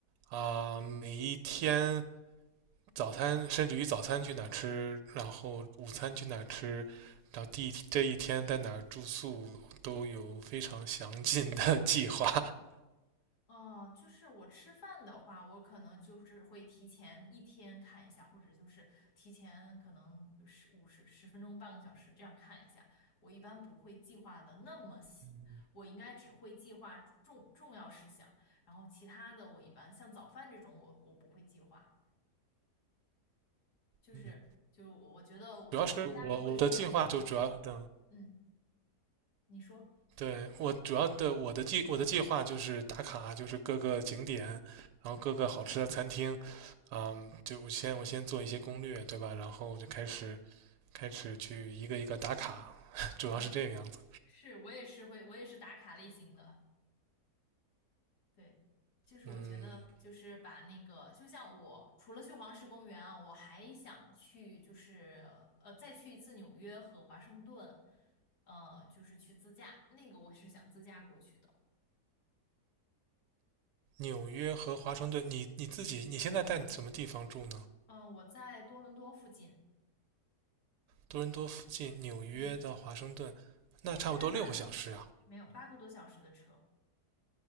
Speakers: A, on the right (about 80°); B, on the left (about 75°).
A: 啊，每一天早餐，甚至于早餐去哪儿吃，然后午餐去哪儿吃，然后第一这一天在哪儿住宿，都有非常详尽的 <laughs> 计划。
B: 哦，就是我吃饭的话，我可能就是会提前一天看一下，或者就是提前可能十五十十分钟、半个小时这样看一下。我一般不会计划的那么细，
A: 嗯
B: 我应该只会计划重重要事项，然后其他的我一般像早饭这种我，我不会计划，就是就我我觉得我我应该不会是那样计划。
A: 嗯。主要是我我的计划就主要的
B: 嗯，你说
A: 对我主要的我的计我的计划就是打卡，就是各个景点，然后各个好吃的餐厅，嗯，就我先我先做一些攻略，对吧？然后就开始开始去一个一个打卡，<laughs> 主要是这个样子。
B: 嗯，是，我也是会，我也是打卡类型的。对，就是我觉得，
A: 嗯，
B: 就是把那个，就像我除了去黄石公园啊，我还想去，就是呃，再去一次纽约和华盛顿，呃，就是去自驾，那个我是想自驾过去的。
A: 纽约和华盛顿，你你自己你现在在什么地方住呢？
B: 嗯、我在多伦多附近，
A: 多伦多附近，纽约到华盛顿，
B: 嗯，
A: 那差不多六个小时啊。
B: 要开八个，没有八个多小时的车。